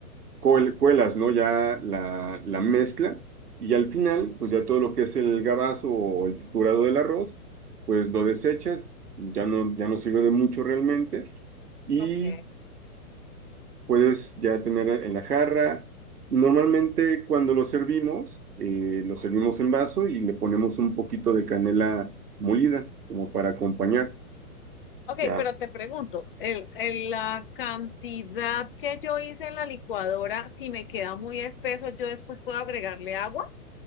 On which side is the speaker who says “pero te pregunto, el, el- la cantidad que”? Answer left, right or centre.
Left